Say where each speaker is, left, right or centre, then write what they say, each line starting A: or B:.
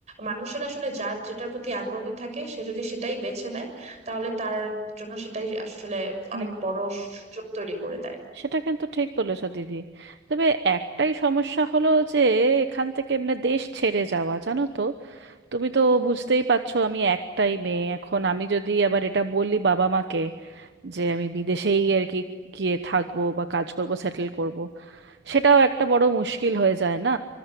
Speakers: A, on the right; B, on the right.
A: মানুষের আসলে যার যেটার প্রতি আগ্রহ থাকে সে যদি সেটাই বেছে নেয় তাহলে তার জন্য সেটাই আসলে
B: হুম
A: অনেক বড় সুযোগ তৈরি করে দেয়
B: সেটা কিন্তু ঠিক বলেছো দিদি তবে একটাই সমস্যা হলো যে এখান থেকে মানে দেশ ছেড়ে যাওয়া জানো তো তুমি তো বুঝতেই পারছো আমি একটাই মেয়ে এখন আমি যদি আবার এটা বলি বাবা মাকে যে আমি বিদেশেই আর কি গিয়ে থাকবো বা কাজ করব সেটেল করব সেটাও একটা বড় মুশকিল হয়ে যায় না